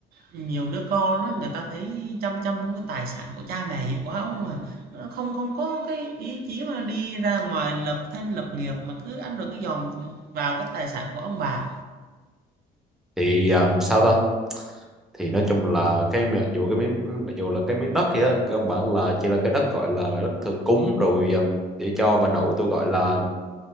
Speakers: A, on the right (about 65°); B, in the centre.
A: nhiều đứa con đó người ta thấy chăm chăm muốn cái tài sản của cha mẹ hiểu quá không à nó không không có cái ý chí mà đi ra ngoài lập thân lập nghiệp mà cứ ăn rồi cứ dòm vào cái tài sản của ông bà
B: thì um, sao ta thì nói chung là cái mặc dù cái miếng mặc dù là cái miếng đất kia á, cơ bản là chỉ là cái đất gọi là đất thờ cúng rồi um, để cho bà nội tôi gọi là